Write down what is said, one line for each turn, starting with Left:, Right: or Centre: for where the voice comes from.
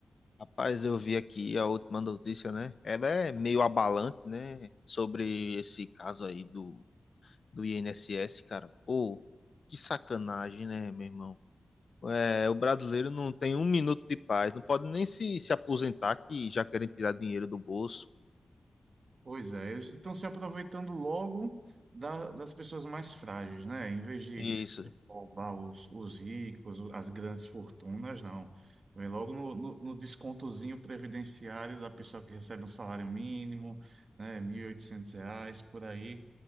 Left: Rapaz, eu vi aqui a última notícia, né? Ela é meio abalante, né? Sobre esse caso aí do, do INSS, cara. Pô, que sacanagem, né, meu irmão? É, o brasileiro não tem um minuto de paz, não pode nem se, se aposentar que já querem tirar dinheiro do bolso.
Right: Pois é, eles estão se aproveitando logo da- das pessoas mais frágeis, né? Em vez de,
Left: Isso,
Right: de roubar os, os ricos, o- as grandes fortunas, não. Vem logo no, no, no descontozinho previdenciário da pessoa que recebe um salário mínimo, né? mil e oitocentos reais, por aí.